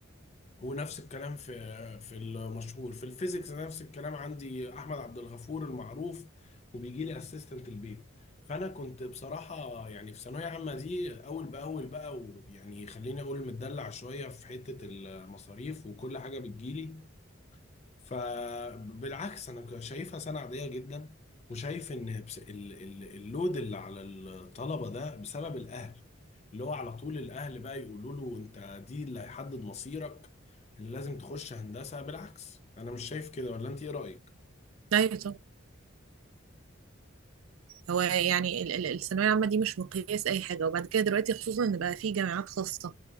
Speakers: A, on the left (about 30°); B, on the right (about 80°).
A: ونفس الكلام في في المشهور في الفيزيكس نفس الكلام عندي احمد عبد الغفور المعروف وبيجي لي اسيستنت البيت فانا كنت بصراحه يعني في ثانويه عامه دي اول باول بقى ويعني خليني اقول متدلع شويه في حته المصاريف وكل حاجه بتجيلي فبالعكس انا شايفها سنه عاديه جدا وشايف ان بس- ال- ال- اللود اللي على الطلبه ده بسبب الاهل اللي هو على طول الاهل بقى يقولوا له انت دي اللي هيحدد مصيرك اللي لازم تخش هندسه بالعكس انا مش شايف كده ولا انت ايه رايك
B: ايوه طبعا هو يعني ال- ال- الثانوية العامة دي مش مقياس أي حاجة وبعد كده دلوقتي خصوصا إن بقى في جامعات خاصة